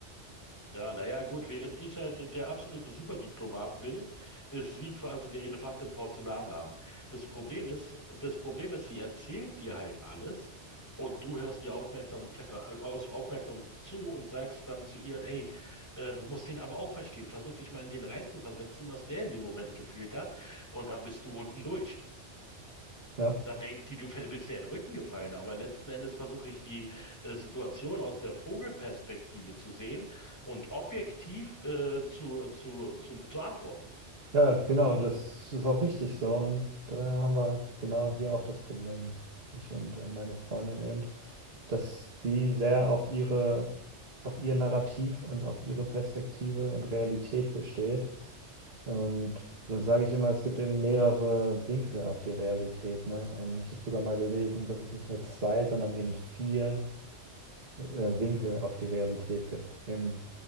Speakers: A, on the left; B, on the right.
A: ja, naja, gut, während ich halt der absolute Superdiplomat bin, ist sie quasi der Elefant im Porzellanladen. Das Problem ist, das Problem ist, sie erzählt dir halt alles und du hörst ihr aufmerksam, äh, aus, aufmerksam zu und sagst dann zu ihr, hey, äh, du musst den aber auch verstehen. Versuch dich mal in den reinzuversetzen, was der in dem Moment gefühlt hat und dann bist du unten durch.
B: Ja.
A: Dann denkt die, du bist ja in den Rücken gefallen, aber letzten Endes versuche ich die äh, Situation aus der Vogelperspektive zu sehen und objektiv äh, zu, zu, zu, zu antworten.
B: Ja, genau, das ist auch richtig so. Und da haben wir genau hier auch das Problem, ich und äh, meine Freundin eben, dass sie sehr auf ihre, auf ihr Narrativ und auf ihre Perspektive und Realität besteht. Und dann sage ich immer, es gibt eben mehrere Winkel auf die Realität, ne? Ähm, Ich habe sogar mal gelesen, dass es nicht nur zwei, sondern eben vier äh, Winkel auf die Realität gibt. Eben